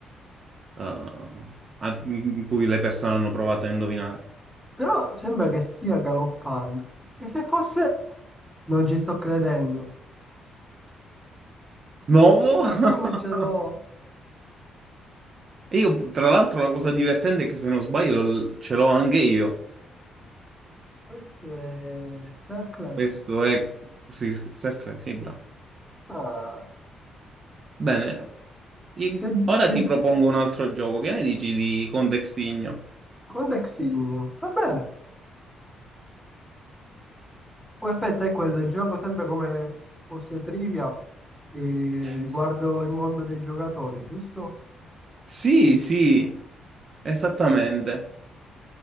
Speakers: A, on the right (about 45°); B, in the centre.
A: eh, a- in cui le persone hanno provato a indovinare.
B: Però sembra che stia galoppando. E se fosse... Non ci sto credendo.
A: No!
B: Questa
A: <laughs>
B: skin ce l'ho.
A: E io, tra l'altro, la cosa divertente è che se non sbaglio l- ce l'ho anche io.
B: Questo è Circland.
A: Questo è Sir- Circle, sì, bravo.
B: Ah.
A: Bene, in-
B: Che,
A: ora
B: che,
A: ti propongo un altro gioco. Che ne dici di Contextigno?
B: Codexigno. Va bene. Oh, Aspetta, è quello, gioco sempre come se fosse trivia eh, riguardo
A: S-
B: il mondo dei giocatori, giusto?
A: Sì, sì, esattamente.